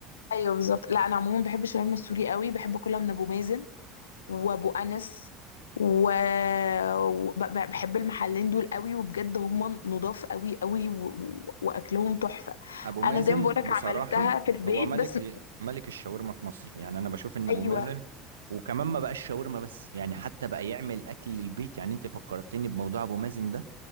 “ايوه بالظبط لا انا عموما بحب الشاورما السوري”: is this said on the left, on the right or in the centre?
Left